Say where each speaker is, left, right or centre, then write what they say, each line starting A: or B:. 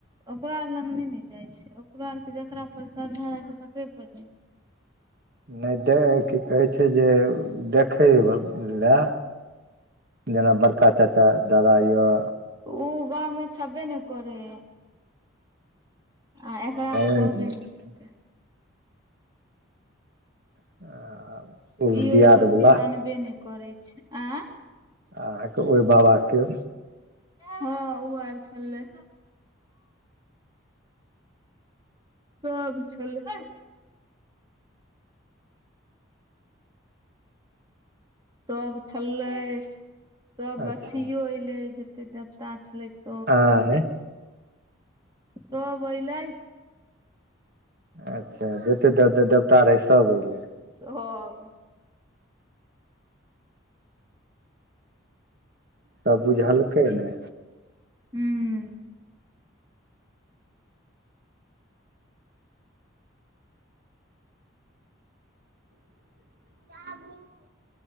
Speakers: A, on the right; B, on the right.
A: ओकरा आर लग नय ने जाइ छै ओकरो आरके जकरा पर शरधा रहय छै तकरे पर ने जाय छै
B: नय देऽ की कहै छै जे देखबि लए जेना बड़का चच्चा दादा यऽ
A: उ गाँव मे छबे नय करै आ एकरा
B: गाँवेमे
A: तऽ कहबे नय
B: छथिन
A: केलकै
B: <unintelligible>
A: ई
B: दियाद
A: ओय सबके
B: बला
A: मानबे नय करै छै आंय
B: अहाँके ओय बाबाके
A: हँ उ आर छलै सब छलै सब छल्लै सब
B: अच्छा
A: अथियो एलै जते देवता छलै से
B: आंय
A: तब अइलै
B: अच्छा जते दे देवता रहै सभ ऐलै
A: हँ
B: तब बुझलकय ने
A: हूं
B: <unintelligible>